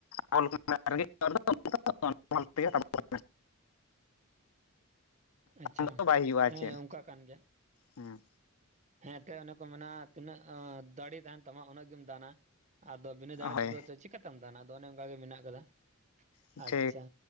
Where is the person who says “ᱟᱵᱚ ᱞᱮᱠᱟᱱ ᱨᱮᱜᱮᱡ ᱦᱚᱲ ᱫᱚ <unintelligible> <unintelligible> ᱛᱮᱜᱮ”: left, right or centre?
Left